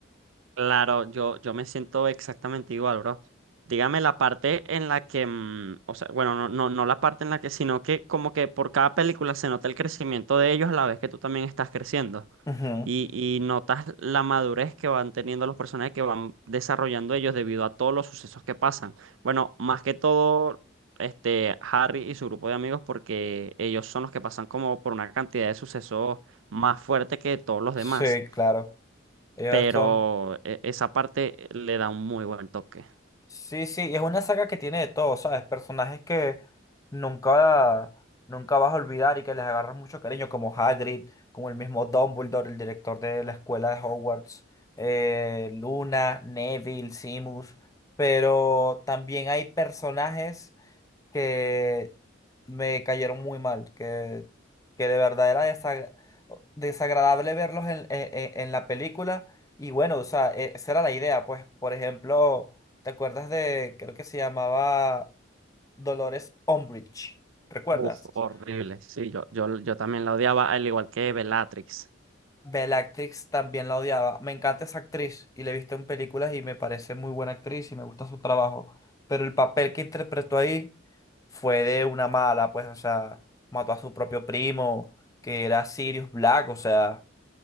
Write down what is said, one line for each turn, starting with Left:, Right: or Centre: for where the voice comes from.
Right: Claro, yo, yo me siento exactamente igual, bro. Dígame la parte en la que, mm, o sea, bueno, no, no, no la parte en la que, sino que como que por cada película se nota el crecimiento de ellos a la vez que tú también estás creciendo.
Left: Ujú.
Right: Y, y notas la madurez que van teniendo los personajes que van desarrollando ellos debido a todos los sucesos que pasan. Bueno, más que todo, este, Harry y su grupo de amigos, porque ellos son los que pasan como por una cantidad de sucesos más fuerte que todos los
Left: Sí,
Right: demás,
Left: claro. Ellos
Right: pero
Left: son...
Right: e- esa parte le da un muy buen toque.
Left: Sí, sí, y es una saga que tiene de todo, ¿sabes? Personajes que nunca, nunca vas a olvidar y que les agarras mucho cariño, como Hagrid, como el mismo Dumbledore, el director de la escuela de Hogwarts, eh, Luna, Neville, Simus, pero también hay personajes que me cayeron muy mal, que, que de verdad era desa- desagradable verlos en, en- en- en la película. Y bueno, o sea, e- esa era la idea, pues, por ejemplo, ¿te acuerdas de, creo que se llamaba Dolores Umbridge? ¿Recuerdas?
Right: Uf, horrible. Sí, yo, yo, yo también la odiaba, al igual que Bellatrix.
Left: Bellatrix también la odiaba. Me encanta esa actriz y la he visto en películas y me parece muy buena actriz y me gusta su trabajo. Pero el papel que interpretó ahí fue de una mala, pues, o sea, mató a su propio primo, que era Sirius Black, o sea,